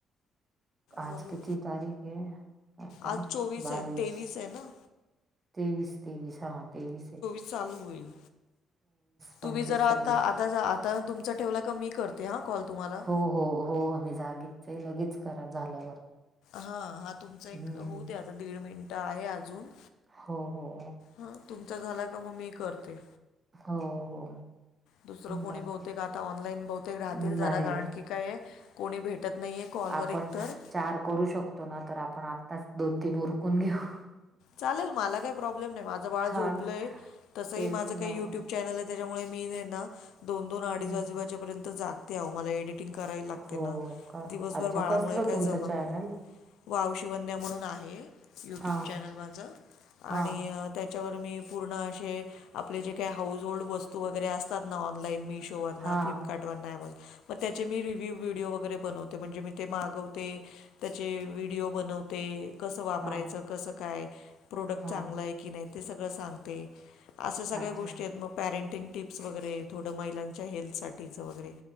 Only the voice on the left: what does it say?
बघू
आज चोवीस
आहे तेवीस आहे ना
चालूईल
तुम्ही जरा
आता आता. तुमचा ठेवला का मी करते हा कॉल तुम्हाला.
हा हा तुमचा एक
होऊ द्या आता दीड मिनटं आहे अजून.
हा तुमचा झाला का मग मी करते.
दुसरं कोणी
बहुतेक आता ऑनलाईन बहुतेक राहतील
जरा कारण की काय कोणी भेटत नाहीये. कॉलवर
एकतर
चालेल मला काही प्रॉब्लेम नाही माझं बाळ झोपलंय
तसंही
माझं
काही युट्यूब. चॅनल आहे त्याच्यामुळे मी ना दोन दोन अडीच
वाजेू वाजेपर्यंत जातते आह मला एडिट. शटिंग करायला लागते
ना
दिवसभर
बाळामुळे
काही
जमत
नाही. वाव शवन्या म्हणून आहे युट्यूब
चॅनल माझ आणि.
त्याच्यावर मी पूर्ण असे आपले जे काही हाऊस होल्ड वस्तू वगैरे असतात ना ऑनलाईन मी. वर्
फ्लपकार्ट. त्याचे मी रिव्ह्य व्हडओ वगैरे बनवते म्हणजे मी ते मागवते. त्याचे व्हिडिओ बनवते. ते कसं वापरायचं
कसं काय प्रोडक्ट
चांगलं आहे की नाही ते सगळं सांगते. असे सगळ्या
गोष्टी आहेत मग पॅरेंटिंग टिप्स वगैरे थोडं महिलांच्या हेल्थसाठीठीचं वगैरे.